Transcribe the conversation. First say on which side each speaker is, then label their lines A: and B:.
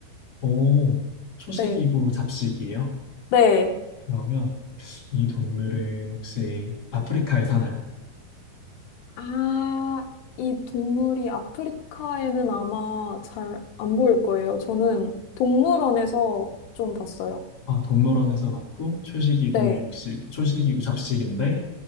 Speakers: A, on the left (about 25°); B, on the left (about 85°).
A: 오, 초식이고
B: 네.
A: 잡식이에요?
B: 네.
A: 그러면 이 동물은 혹시 아프리카에 사나요?
B: 아, 이 동물이 아프리카에는 아마 잘 안 보일 거예요. 저는 동물원에서 좀 봤어요.
A: 아, 동물원에서 봤고 초식이고
B: 네.
A: 육식, 초식이고 잡식인데,